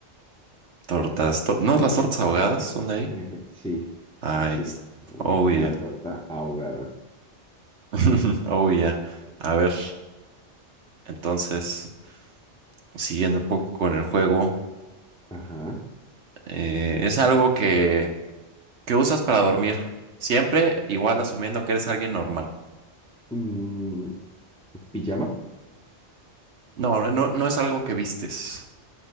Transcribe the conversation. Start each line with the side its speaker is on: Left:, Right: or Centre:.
Right: tortas. to- ¿No las tortas ahogadas son de ahí?
Centre: Eje- Sí,
Right: Ah,
Centre: así
Right: es.
Centre: es. un-
Right: Oh,
Centre: Una
Right: yeah.
Centre: torta ahogada.
Right: <laughs> Oh, yeah. A ver, entonces, siguiendo un poco con el juego,
Centre: Ajá.
Right: eh, es algo que, que usas para dormir. Siempre igual asumiendo que eres alguien normal.
Centre: Mm, pijama.
Right: No, no, no no es algo que vistes.